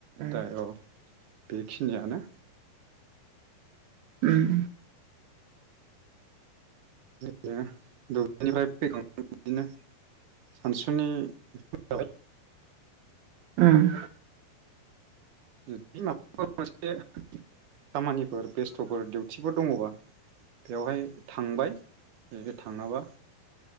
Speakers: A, on the right; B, on the right.
A: उम
B: दा औ। बेखिनियानो।
A: उम
B: बिदिनो दुब्लिनिफ्राय फैखांनानै बिदिनो सानसुनि ओंखाम जाबाय।
A: उम
B: जुदि माबाफोर मोनसे खामानिफोर बेस्थ'फोर दिउथिफोर दङबा बेवहाय थांबाय थाङाबा